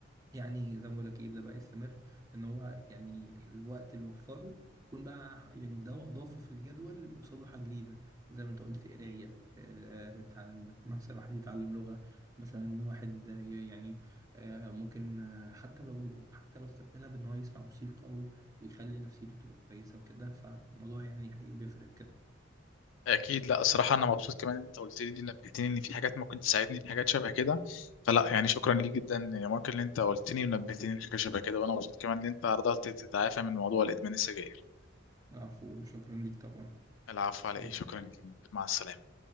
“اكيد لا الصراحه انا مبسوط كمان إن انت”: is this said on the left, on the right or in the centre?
Left